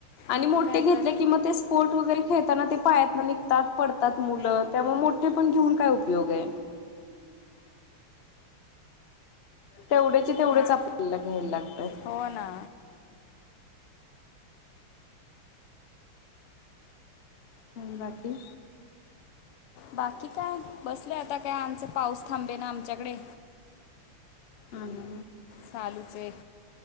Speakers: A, on the left (about 45°); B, on the left (about 85°).
A: आणि
B: मग
A: मोठे
B: काय
A: घेतले
B: तर
A: कि म तेच स्पोर्ट्स वगैरे खेळताना ते पायातन निघतात पडतात मुलं, त्यामुळे मोठे पण घेऊन काय उपयोग आहे. तेवढ्याचे तेवढेच
B: हां
A: आपल्याला घ्यायला लागतय.
B: हो ना!
A: आणि बाकी.
B: बाकी काय बसले आता, काय आमचा पाऊस थांबेना आमच्याकडे.
A: आन.
B: चालूच हाय.